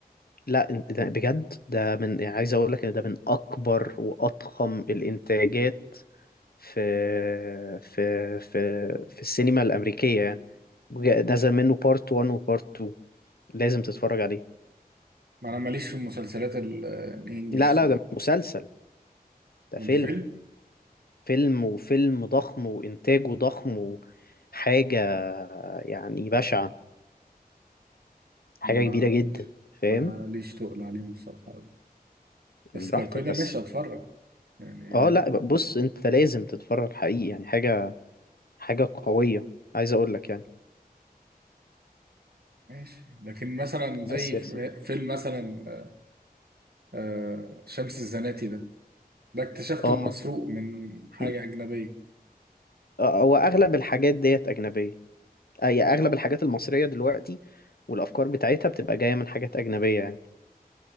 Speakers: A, on the left; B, on the right.
A: لا إن- ده بجد ده من يعني عايز اقول لك ان ده من اكبر واضخم الانتاجات في في في في السينما الامريكيه يعني وجا- نزل منه بارت 1 وبارت 2 لازم تتفرج عليه
B: ما أنا ماليش في المسلسلات ال- آه، الإنجليش
A: لا لا
B: صراحة
A: ده مش مسلسل ده
B: وأنت
A: فيلم
B: فيلم؟
A: فيلم وفيلم ضخم وإنتاجه ضخم وحاجة يعني بشعة حاجة
B: ماليش
A: كبيرة جدا فاهم
B: ماليش تقل عليهم الصراحة أوي بس
A: براحتك
B: لو كده
A: بس
B: ماشي أتفرج يعني
A: اه
B: ليه لأ
A: لا بص انت لازم تتفرج حقيقي يعني حاجة حاجة قوية عايز اقول لك يعني
B: ماشي لكن مثلا زي
A: بس يا
B: ف-
A: سيدي
B: فيلم مثلا آه، آه، شمس الزناتي ده ده اكتشفته
A: اه
B: المسروق من حاجة
A: م.
B: أجنبية
A: آه، هو اغلب الحاجات ديت اجنبية اي اغلب الحاجات المصرية دلوقتي والافكار بتاعتها بتبقى جاية من حاجات اجنبية يعني